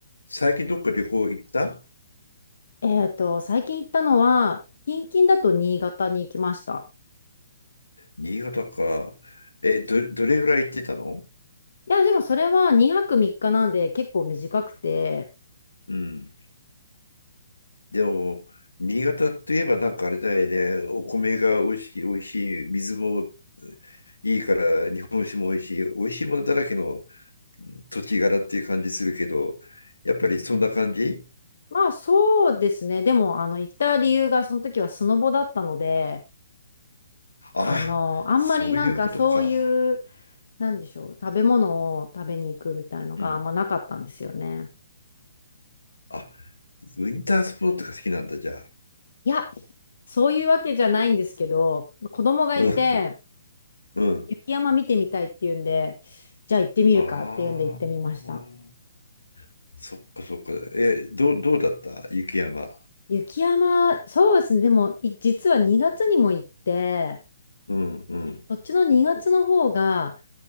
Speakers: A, on the left; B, on the left.
A: 最近どっか旅行行った
B: えっと、最近行ったのは、近々だと新潟に行きました。
A: 新潟か。え、ど、どれぐらい行ってたの
B: いや、でもそれは2泊3日なんで結構短くて、
A: うん。でも、新潟といえばなんかあれだよね。お米が美味しい、美味しい。水もいいから、日本酒も美味しい。美味しいものだらけの土地柄っていう感じするけど、やっぱりそんな感じ
B: まあそうですね。でも、あの、行った理由がその時はスノボだったので、
A: あ、
B: あの、あんまりなんかそういう、
A: そういうことか。
B: なんでしょう、食べ物を食べに行くみたいのがあんまなかったんですよね。
A: うん。あ、ウィンタースポーツが好きなんだ、じゃあ。
B: いや、そういうわけじゃないんですけど、子供がいて、
A: うん。うん。
B: 雪山見てみたいっていうんで、じゃあ行ってみるかっていうんで行ってみました。
A: ああ。そっかそっか。え、どう、どうだった雪山。
B: 雪山、そうですね。でも、い実は2月にも行って、
A: うんうん
B: こっちの2月の方が、